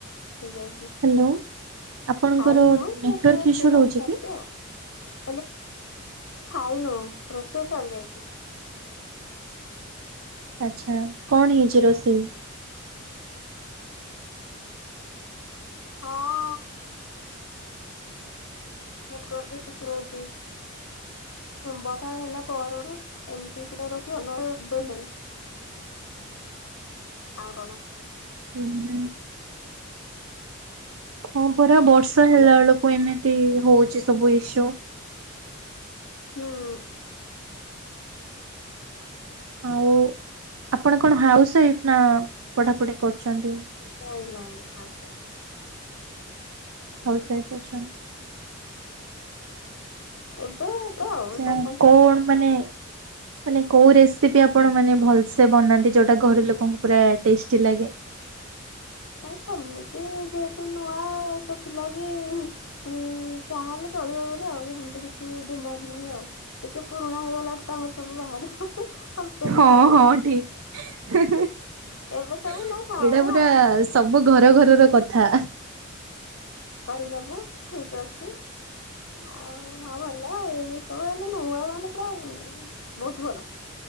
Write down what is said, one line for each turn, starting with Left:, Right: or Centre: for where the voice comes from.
Left: ହେଇଯାଇ ଚି
Right: ହ୍ୟାଲୋ ଆପଣଙ୍କର
Left: ଖାଇନୁ
Right: ନେଟୱାର୍କ
Left: ବାସ ରୋଷେଇ
Right: ଇସ୍ୟୁ ରହୁଛି
Left: କରିସାରିଛି
Right: କି?
Left: ଆଉ। ହେଲେ ଖାଇନୁ ରୋଷେଇ ସରିଯାଇଛି।
Right: ଆଚ୍ଛା କଣ ହେଇଛି ରୋଷେଇ?
Left: ହଁ। ନେଟୱାର୍କ ଇସୁ ରହୁଛି। ବର୍ଷା ହେଲା ପରରୁ ଏମିତି ଟିକେ ରହୁଛି ନହେଲେ ଏବେ ନାହିଁ।
Right: ହ <inaudible>
Left: ଆଉ କଣ?
Right: ହୁଁ ହୁଁ। ହଁ ପରା ବର୍ଷା
Left: ହ୍ୟାଲୋ
Right: ହେଲାବେଳକୁ ଏମିତି ହଉଛି ସବୁ ଇସୁ।
Left: ହୁଁ ହୁଁ।
Right: ଆଉ ଆପଣ କଣ ହାଉସ୍ ୱାଇଫ ନା ପଢ଼ାପଢି କରୁଛନ୍ତି?
Left: ନାଇଁ ନାଇଁ ହାଉସୱାଇଫ।
Right: ହାଉସୱାଇଫ ଅଛନ୍ତି।
Left: ଏବେ ହବ
Right: ଆଛା
Left: ଆଉ ଚାରି ପାଞ୍ଚ
Right: କଣ ମାନେ ମାନେ କୋଉ ରେସିପି ଆପଣ ମାନେ ଭଲ ସେ ବନାନ୍ତି ଯୋଉଟା ଘରେ ଲୋକଙ୍କୁ ପୁରା ଟେଷ୍ଟି ଲାଗେ?
Left: ନାଇଁ ସେମିତି ଯେହେତୁ ନୂଆ ସେଥିଲାଗି ଉଁ ଯାହାହେଲେ ଚଳିବ ବୋଲି ଆଉ ହେମିତି କିଛି ଡିମାଣ୍ଡ ନାହିଁ ଆଉ। ଟିକେ ପୁରୁଣା ହେଇଗଲାଠୁ ତାଙ୍କର ସବୁ ବାହାରିବ। କମ୍ପ୍ଲେନ
Right: ହଁ
Left: ବାହାରିବ।
Right: ହଁ ଠିକ ଏଇଟା
Left: ଏବେ ସବୁ ନାଇଁ ଥାଉ
Right: ପୁରା
Left: ଆମେ
Right: ସବୁ ଘର ଘରର କଥା।
Left: କରିନବୁ ଠିକ ଅଛି ଆଉ ହଁ ଭଲ ଆଉ। ସବୁ ମାନେ ନୂଆ ମାନେ ପୁରା ବୋହୁତ୍ ଭଲ।